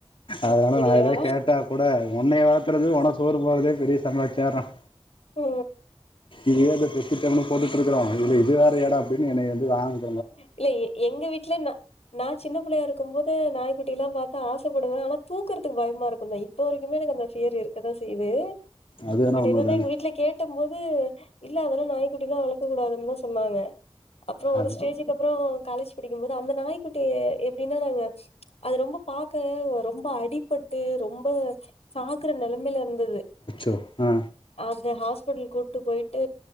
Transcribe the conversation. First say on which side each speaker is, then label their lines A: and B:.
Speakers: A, on the left; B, on the left.
A: அதனால
B: அப்படியா?
A: நான் ஏத கேட்டா கூட உன்னனை வளர்த்த உன சோறு போறதே பெரிய சமாச்சாரம்
B: ஹ
A: இதுவே பெிட்டவனுும் போட்டுட்டு இருக்கோம் இல்ல இது வேற எடம் அப்படின்னு என்னை வ வாங்க
B: இல்ல எங்க வீட்டுல நா நா சின்ன பிள்ளையா இருக்கும் போது நாய்க்குட்டி எல்லாம் பார்த்தா ஆசைப்படுவே ஆனா தூக்குறதுக்கு பயமா இருக்கு இப்போ வரைக்கு எனக்கு அந்த பீலிங் இருக்கதா செய்து
A: அது வேணா
B: பட்
A: உண்மதாங்க
B: என்னன்னா எங்க வீட்டுல கேட்டு க்கும் போது இல்ல அதெல்லா நாய்குட்டிலா வளக்க கூடாதுனு தா சொன்னாங்க. அப்புறம் ஒரு
A: அது
B: ஸ்டேஜ் காலேஜ் படிக்கும்போது அந்த நாய்க்குட்டி எப்படின்னா அது ரொம்ப பாார்க ரொம்ப அடிபட்டு ரொம்ப சாகுற நிலைமையில இருந்தது
A: அச்சோ ஆஹ
B: அந்த ஹாஸ்பிட்டல் கூட்டு போயிட்டு